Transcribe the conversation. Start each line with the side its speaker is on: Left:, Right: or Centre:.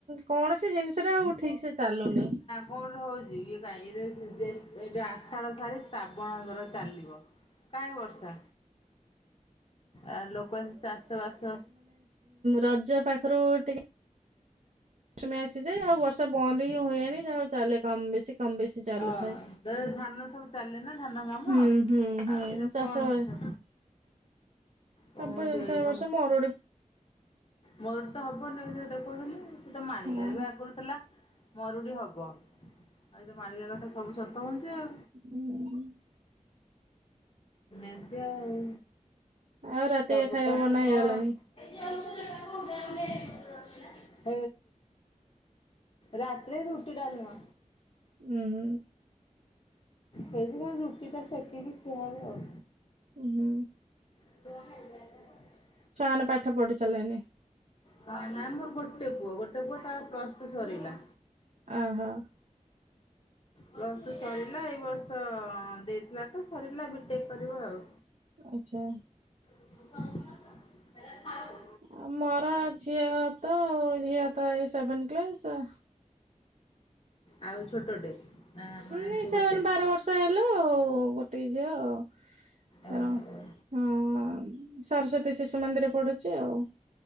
Right: କୌଣସି ଜିନିଷଟା ଆଉ ଠିକ ସେ ଚାଲୁନି।
Left: କଣ ହଉଛି ଇଏ କାଇଁ ଜେ ଜେ ଏବେ ଆଷାଢ ସାରି ଶ୍ରାବଣ ଦର ଚାଲିବ କାଇଁ ବର୍ଷା? ଆ ଲୋକ ଏମତି ଚାଷବାସ
Right: ରଜପାଖରୁ ଟିକେ ମୌସୁମୀ ଆସିଯାଏ ଆଉ ବର୍ଷା ବନ୍ଦ ହିଁ ହୁଏନି ଯାହାହଉ ଚାଲେ କମ ବେଶୀ କମ ବେଶୀ। ଚାଲୁଥାଏ।
Left: ଅ ଧାନ ସବୁ ଚାଲେ ନା ଧାନ କାମ
Right: ହୁଁ ହୁଁ ହୁଁ
Left: ଆଉ ଏଇଟା
Right: ଚାଷ
Left: କଣ କଥା କୋଉଠି
Right: ତାପରେ
Left: ଏଇ
Right: ସେ
Left: ଯୋଉ
Right: ବର୍ଷ ମରୁଡି
Left: ମରୁଡି ତ ହବ ନିୟୁଜରେ ଦେଖୁଥିଲି ସେ ତ ମାଳିକାରେ
Right: ହଁ
Left: ବି ଆଗରୁ ଥିଲା। ମରୁଡ଼ି ହେବ ଆ ତ ମାଳିକା କଥା ସବୁ ସତ ହଉଛି ଆଉ।
Right: ହୁଁ ହୁଁ।
Left: ଏମତି ଆଉ
Right: ଆଉ ରାତିକ
Left: ସବୁ
Right: ଖାଇବା
Left: ତ
Right: ବନା ହେଇଗଲାଣି?
Left: ହଁ <inaudible> ରାତିରେ ରୁଟି, ଡାଲମା।
Right: ହୁଁ।
Left: ସେଇଥିପାଇଁ ରୁଟିଟା ସେକିବି ଖିଆହୁଏ ଆଉ।
Right: ଉଁ ହୁଁ
Left: <inaudible>
Right: ଛୁଆମାନେ ପାଠ ପଢି ସାରିଲେଣି।
Left: ହ ନାଇଁ ମୋର ଗୋଟେ ପୁଅ ଗୋଟେ ପୁଅ ତାର ପ୍ଲସଟୁ ସରିଲା।
Right: ଅ ହୋ।
Left: ବର୍ଷ ସରିଲା ଏଇ ବର୍ଷ ଦେଇଥିଲା ତ ସରିଲା ବି ଟେକ୍ କରିବ ଆଉ।
Right: ଆଚ୍ଛା
Left: <inaudible>
Right: ଆଉ ମୋର ଝିଅ ତ ଝିଅ ତ ଏଇ ସେଭେନ କ୍ଲାସ।
Left: ଆଉ ଛୋଟଟେ ନା
Right: ନି
Left: ସେ
Right: ସେମାନେ
Left: ଗୋଟେ ଝିଅ
Right: ବାର ବର୍ଷ ହେଲା ଆଉ ଗୋଟେ ଝିଅ କଣ।
Left: ଓହୋ।
Right: ହଁ ହଁ ସରସ୍ଵତୀ ଶିଶୁ ମନ୍ଦିରରେ ପଡୁଛି ଆଉ।